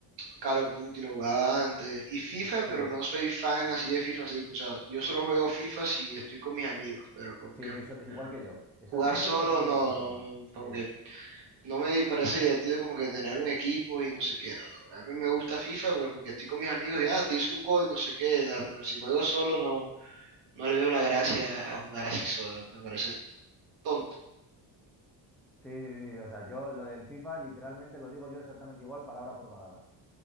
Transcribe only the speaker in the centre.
Mm.
Sí,
eso,
igual que yo, <laughs> exactamente
igual que yo
lo del
FIFA.
Sí,
sí,
sí, sí, sí, o sea, yo lo del FIFA literalmente lo digo yo exactamente igual, palabra por palabra.